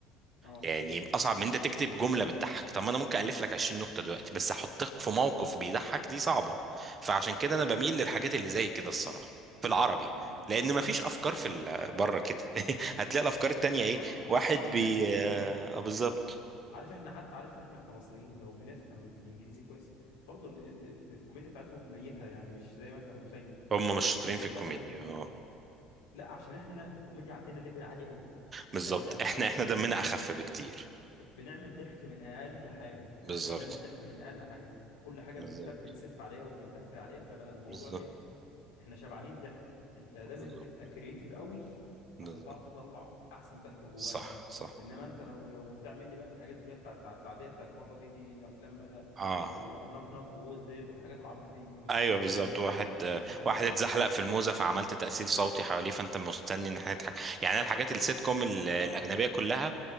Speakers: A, on the left; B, on the right.
A: اه
B: يعني اصعب من انت تكتب جمله بتضحك طب ما انا ممكن الف لك 20 نكته دلوقتي بس احطك في موقف بيضحك دي صعبه فعشان كده انا
A: اكيد
B: بميل للحاجات اللي زي كده الصراحه في العربي
A: اكيد اه
B: لان مفيش افكار في ال- بره كده <laughs> هتلاقي الافكار التانية ايه
A: بره اصلا
B: واحد بي
A: يعني هم
B: آه
A: اصلا
B: آه، بالظبط
A: عارف احنا حتى عارف احنا كمصريين لو بنفهم انجليزي كويس برضو ال- ال- ال- الكوميديا بتاعتهم ميتة يعني مش زي ما انت متخيل
B: هم مش
A: الكوميديا
B: شاطرين في
A: بتاعتهم
B: الكوميديا اه
A: لا عشان احنا الكوميديا عندنا ليفل عالي قوي احنا
B: بالظبط
A: بنع...
B: احنا
A: غالبا
B: احنا
A: بنعمل
B: دمنا
A: ضحك
B: اخف بكتير
A: بنعمل ضحك من اقل حاجة يعني
B: بالظبط
A: احنا بنعمل ضحك من اقل حاجة كل حاجة
B: بالظبط
A: بنت... بنسف عليها وبنتف عليها فبقى الموضوع
B: بالظبط
A: ايه احنا شبعانين ضحك انت لازم
B: بالظبط
A: تبقى كرييتيف قوي
B: بالظبط.
A: عشان تعرف تطلع احسن ضحك جوانا
B: صح صح
A: انما انت لو لو هتعمل لي بقى الحاجات اللي هي بتاعت العاديه بتاعت بره دي دي افلام بقى
B: اه
A: اللي هو نوك نوك وهوز دير والحاجات العبيطه دي ما
B: ايوه
A: ما,
B: بالظبط
A: ما لا مش
B: واحد
A: مش هتاكل
B: واحد
A: خالص
B: اتزحلق في الموزه فعملت تاثير صوتي حواليه فانت مستني ان احنا نضحك يعني انا الحاجات السيت كوم ال- الاجنبيه
A: اه
B: كلها